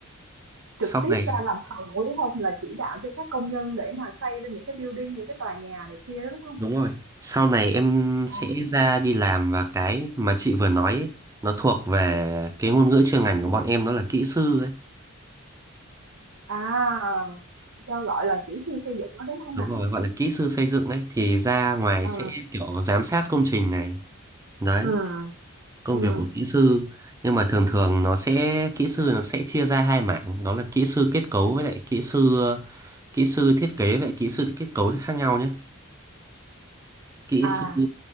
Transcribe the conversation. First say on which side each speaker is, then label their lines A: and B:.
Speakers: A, on the right; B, on the right.
A: Sau
B: trực tiếp
A: này
B: ra làm thầu đúng không? Là chỉ đạo cho các công nhân để mà xây lên những cái building, những cái tòa nhà này kia đó đúng không?
A: đúng rồi. Sau này em
B: Ồ.
A: sẽ ra đi làm và cái mà chị vừa nói ấy, nó thuộc về cái ngôn ngữ chuyên ngành của bọn em đó là kỹ sư ấy.
B: À, cho gọi là kỹ sư xây dựng đó đúng không
A: đúng
B: nào
A: rồi gọi là kỹ sư xây dựng đấy thì ra ngoài
B: Ờ,
A: sẽ kiểu giám sát công trình này đấy
B: ừ
A: công
B: ừ
A: việc của kỹ sư nhưng mà thường thường nó sẽ kỹ sư nó sẽ chia ra hai mảng đó là kỹ sư kết cấu với lại kỹ sư kỹ sư thiết kế vậy kỹ sư kết cấu thì khác nhau nhé kỹ
B: À,
A: sư